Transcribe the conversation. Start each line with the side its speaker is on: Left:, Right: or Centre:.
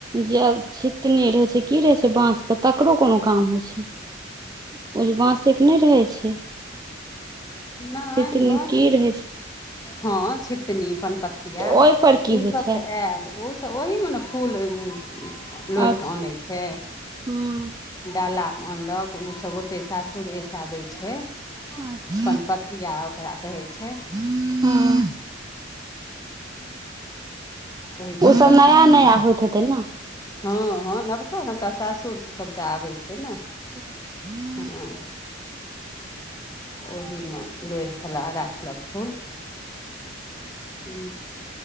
Right: जे आब छितनी रहै छै की रहै छै बाँसके तकरो कोनो काम होइ छै ओ जे बाँसेके नय रहै छै
Left: नय
Right: छितनी
Left: बाँस
Right: की रहै छै
Left: हँ छितनी पनपथिया
Right: तऽ ओहिपर की
Left: ओ
Right: होइ
Left: सब
Right: छै
Left: तऽ आयल ओसभ ओहीमे न फूल लोढ़ि
Right: अच्छा
Left: कऽ अनै छै
Right: हूँ
Left: डालामे अनलक ओसब ओतै सासुरेसँ आबै छै
Right: अच्छा
Left: पनपथिया ओकरा कहै छै
Right: हँ
Left: ओहि पनपथियामे
Right: ओसभ नया नया होइत हेतै न
Left: हँ हँ नवका नवका सासुर से सभटा आबै छै न
Right: <inaudible>
Left: हँ ओहीमे लोढ़ि कऽ ल राखलक फूल हुँ